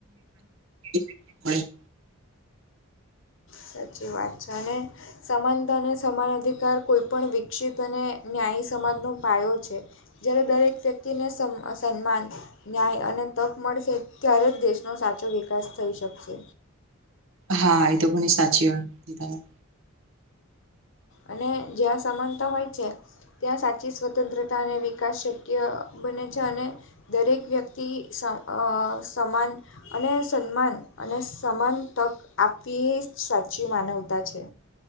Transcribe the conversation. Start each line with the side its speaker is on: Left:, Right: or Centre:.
Right: <inaudible>
Left: સાચી વાત છે. અને. સમાનતા અને સમાન અધિકાર કોઈપણ વિકસિત અને ન્યાયી સમાજનો પાયો છે. જ્યારે દરેક વ્યક્તિને સમ સન્માન. ન્યાય અને તક મળશે. ત્યારે જ દેશનો સાચો વિકાસ થઈ શકશે.
Right: હા એ તો ઘણી સાચી વાત.
Left: અને જ્યાં સમાનતા હોય છે. ત્યાં સાચી સ્વતંત્રતા અને વિકાસ શક્ય બને છે અને. દરેક વ્યક્તિ સવ અ સમાન. અને સન્માન અને સમાન તક આપવી એ જ સાચી માનવતા છે.